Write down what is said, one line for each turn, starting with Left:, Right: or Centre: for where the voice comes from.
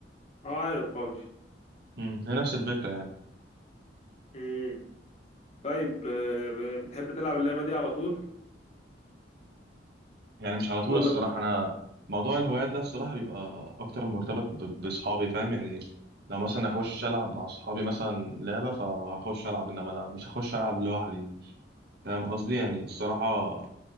Left: اه عارف بابجي
Right: مم، هي نفس الفكره يعني
Left: امم طيب آه، ب- بتحب تلعب اللعبه دي على طول
Right: يعني مش على طول
Left: ولا
Right: الصراحه
Left: بت...
Right: انا موضوع الهوايات ده الصراحه بيبقى اكتر مرتبط ب- باصحابي فاهم يعني لو مثلا اخش العب مع اصحابي مثلا لعبه فهخش العب انما انا مش هخش العب لوحدي فاهم قصدي يعني الصراحه